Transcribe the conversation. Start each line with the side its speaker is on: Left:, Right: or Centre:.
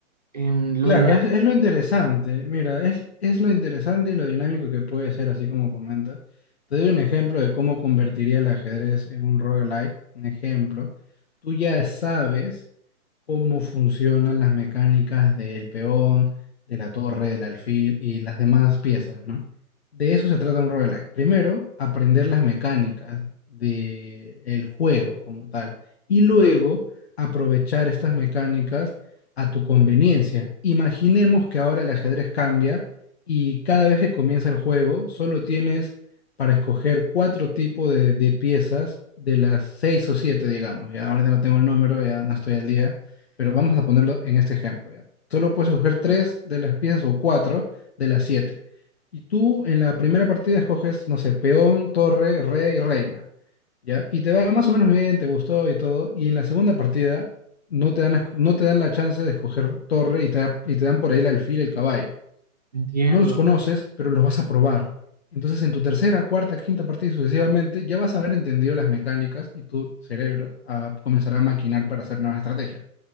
Right: em, lo
Left: Claro,
Right: dinámico,
Left: es, es lo interesante, mira, es, es lo interesante y lo dinámico que puede ser, así como comentas. Te doy un ejemplo de cómo convertiría el ajedrez en un roguelike. Un ejemplo, tú ya sabes cómo funcionan las mecánicas del peón, de la torre, del alfil y las demás piezas, ¿no? De eso se trata un roguelike. Primero, aprender las mecánicas del juego como tal y luego aprovechar estas mecánicas a tu conveniencia. Imaginemos que ahora el ajedrez cambia y cada vez que comienza el juego solo tienes para escoger cuatro tipos de, de piezas de las seis o siete, digamos. Ya ahorita no tengo el número, ya no estoy al día, pero vamos a ponerlo en este ejemplo, ya. Solo puedes escoger tres de las piezas o cuatro de las siete. Y tú en la primera partida escoges, no sé, peón, torre, rey, reina. ¿Ya? Y te va más o menos bien, te gustó y todo. Y en la segunda partida no te dan, a- no te dan la chance de escoger torre y te, da- y te dan por ahí el alfil y el caballo.
Right: entiendo.
Left: No los conoces, pero los vas a probar. Entonces, en tu tercera, cuarta, quinta partida y sucesivamente, ya vas a haber entendido las mecánicas y tu cerebro ah, comenzará a maquinar para hacer nuevas estrategias.